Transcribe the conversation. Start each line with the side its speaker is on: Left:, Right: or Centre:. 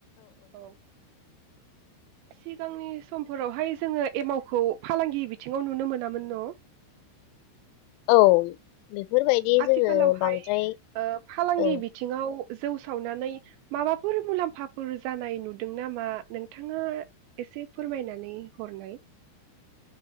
Right: औ सिगांनि समफोरावहाय जोङो एमावखौ फालांगि बिथिङाव नुनो मोनामोन न?
Left: औ बेफोरबायदि
Right: आथिखालावहाय
Left: जोङो बांद्राय
Right: ओ फालांगि
Left: औ
Right: बिथिङाव जौ सावनानै माबाफोर मुलाम्फाफोर जानाय नुदों नामा नोंथाङा एसे फोरमायनानै हरनाय?